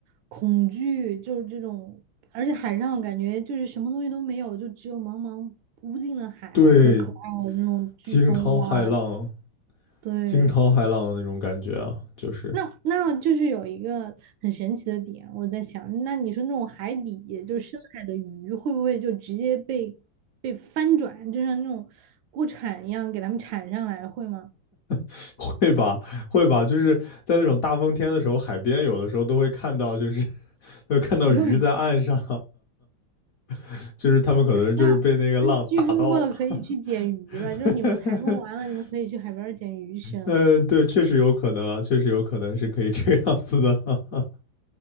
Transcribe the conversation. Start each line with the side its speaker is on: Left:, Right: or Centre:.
Right: 恐惧，就是这种，而且海上感觉就是什么东西都没有，就只有茫茫无尽的海和可怕的那种飓风。
Left: 对，惊涛骇浪、
Right: 哇，对，
Left: 惊涛骇浪的那种感觉啊，就是
Right: 那那就是有一个很神奇的点，我在想，那你说那种海底就是深海的鱼，会不会就直接被被翻转，就像那种锅铲一样给它们铲上来，会吗？
Left: <laughs> 会吧，会吧，就是在那种大风天的时候，海边有的时候都会看到，就是 <laughs> 会看到鱼在岸上，
Right: <laughs> 用
Left: <laughs> 就是他们可能就是被那个浪打到，
Right: 那那飓风过了可以去捡鱼了，
Left: <laughs>
Right: 就是你们台风完了，你们可以去海边儿捡鱼吃。
Left: 呃，对，确实有可能啊，确实有可能是可以这样子的，<laughs>